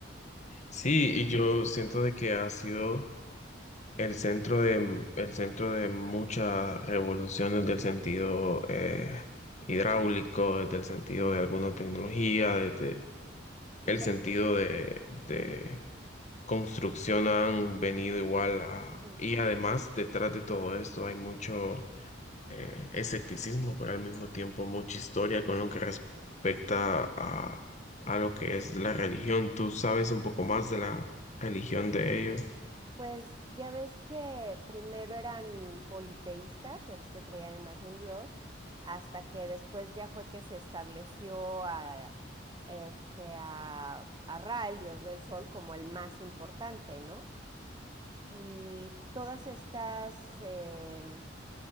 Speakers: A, on the left; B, on the right.
A: Sí, y yo siento de que ha sido el centro de, el centro de muchas revoluciones del sentido
B: Ujú.
A: eh, hidráulico, desde el sentido
B: Sí.
A: de alguna tecnología, desde
B: Y
A: el
B: de-
A: sentido de, de construcción han venido igual a...
B: ujú.
A: Y además, detrás de todo esto hay mucho eh, escepticismo, pero al mismo tiempo mucha historia con lo que respecta a, a lo que es la religión. ¿Tú sabes un poco más de la religión de ellos?
B: Pues ya ves que primero eran politeístas, ya ves que creían en más de un dios, hasta que después ya fue que se estableció a, este, a, a Ra, el dios del sol, como el más importante, ¿no? Y todas estas, em,